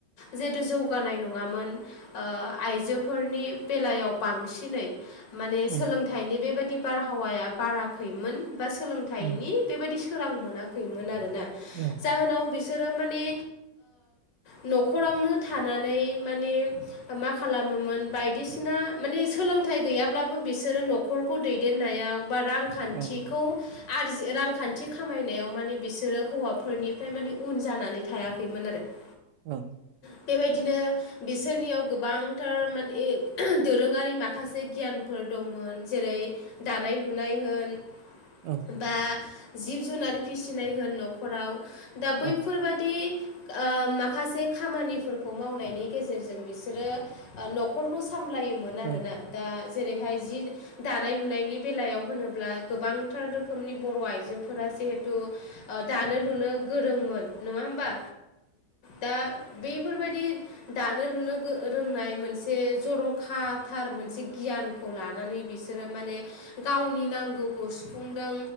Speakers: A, on the left (about 80°); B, on the right (about 75°).
A: जिहेतु जौगानाय नङामोन आइजोफोरनि बेलायाव बांसिनै माने
B: उम
A: सोलोंथाइनि बेबायदि बारहावाया बाराखैमोन बा सोलोंथाइनि
B: उम
A: बेबायदि सोरां मोनाखैमोन आरोना
B: औ
A: जाहोनाव बिसोरो माने न'खरावनो थानानै माने मा खालामोमोन बायदिसिना माने सोलोंथाइ गैयाब्लाबो बिसोर बिसोरो न'खरखौ दैदेननायाव बा रांखान्थिखौ
B: औ
A: आरजि रांखान्थि खामायनायाव माने बिसोरो हौवाफोरनिफ्राय माने उन जानानै थायाखैमोन आरो <inaudible>
B: उम
A: बेबायदिनो बिसोरनियाव गोबांथार माने दोरोङारि माखासे गियानफोर दंमोन जेरै दानाय लुनाय होन
B: औ
A: बा जिब जुनार फिसिनाय होन न'खराव दा बैफोरबादि
B: औ
A: माखासे खामानिफोरखौ मावनायनि गेजेरजों बिसोरो न'खरखौ सामलायोमोन आरोना
B: औ
A: दा जेरैहाय जि दानाय लुनायनि बेलायाव होनोब्ला गोबांथार रोखोमनि बर' आइजोफोरा जिहेथु दानो लुनो गोरोंमोन नङा होमबा दा बेफोरबायदि दानो लुनो रोंनाय मोनसे जर'खाथार मोनसे गियान खौ लानानै बिसोरो माने गावनि नांगौखौ सुफुंदों